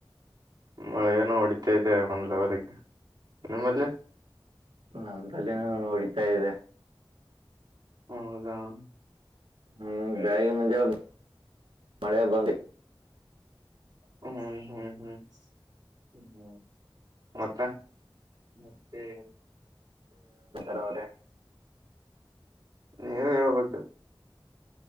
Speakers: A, on the right; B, on the right.
A: ಮಳೆ ಏನೋ ಹೊಡಿತಾ ಇದೆ ಒಂದ್ ಲೆವಲ್ಗೆ ನಿಮ್ಮಲ್ಲಿ
B: ನಮ್ದಲ್ಲಿನೂ ನೋಡಿತಾ ಇದೆ
A: ಹದಾ ಹ್ಮ
B: ಹ್ಮ್
A: ಬೆಳಗ್
B: ಬೆಳಗ್ಗೆ ಮುಂಜಾನೆ ಮಳೆ ಬಂದು
A: ಹ್ಮ್ ಹ್ಮ್ ಹ್ಮ್ ಹ್ಮ ಮತ್ತ ಮತ್ತೆ
B: ರಾವ
A: ನೀವ ಹೇಳಳ್ಬೇಕು